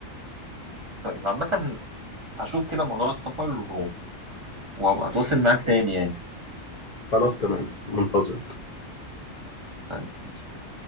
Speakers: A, on the right; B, on the left.
A: طيب عامة هشوف كده موضوع السفر و- وهبقى اتواصل معاك تاني يعني
B: خلاص تمام منتظرك
A: طيب